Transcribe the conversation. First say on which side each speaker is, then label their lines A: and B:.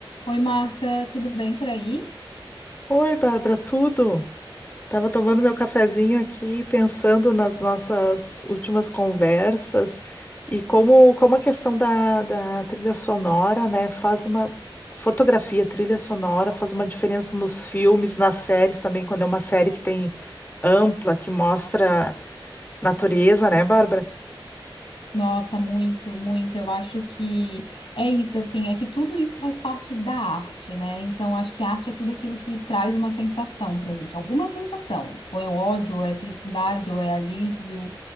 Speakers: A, on the left; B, on the left.
A: Oi, Marta, tudo bem por aí?
B: Oi, Bárbara, tudo? Tava tomando meu cafezinho aqui, pensando nas nossas últimas conversas e como, como a questão da, da trilha sonora, né, faz uma fotografia, trilha sonora, faz uma diferença nos filmes, nas séries também, quando é uma série que tem ampla, que mostra natureza, né, Bárbara?
A: Nossa, muito, muito. Eu acho que é isso, assim, é que tudo isso faz parte da arte, né? Então, acho que a arte é tudo aquilo que traz uma sensação pra gente, alguma sensação. Ou é ódio, ou é felicidade, ou é alívio.